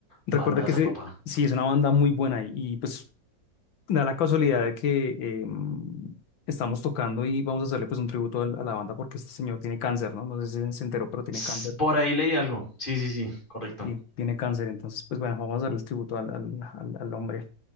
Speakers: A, on the left; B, on the left.
A: Recuerda
B: bandaza,
A: que se,
B: papá.
A: sí, es una banda muy buena y, y, pues da la casualidad de que em, estamos tocando y vamos a hacerle pues un tributo al- a, la banda porque este señor tiene cáncer, ¿no? No sé si se enteró, pero tiene
B: S-
A: cáncer.
B: Por ahí leí algo. Sí, sí, sí, correcto.
A: ti- tiene cáncer. Entonces, pues bueno, vamos a darle el tributo al, al, al- al hombre.